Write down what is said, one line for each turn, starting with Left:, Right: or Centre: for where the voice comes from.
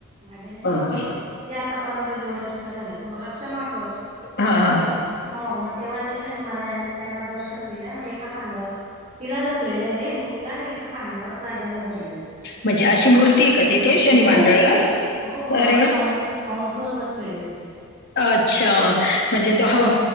Right: माझ्याने जेवढं
Left: ओके
Right: जे आतापर्यंत जेवढ्या चुका झाल्या तु मला क्षमा कर.
Left: हां हां
Right: हो मग तेव्हा त्या शनि महाराज त्यांना दर्शन दिलेय. मग एका खांद्यावर तिला धरलेलय. मुलीला. आणि एका खा खांद्यावर राजाला धरलेलंय.
Left: म्हणजे अशी मूर्ती
Right: आ.
Left: आहे का तिथे शनी
Right: हो.
Left: मांडळला?
Right: हो
Left: अरे
Right: आणि
Left: वाह!
Right: ह हऊंस वर बसलेलेय.
Left: अच्छा. म्हणजे तो ह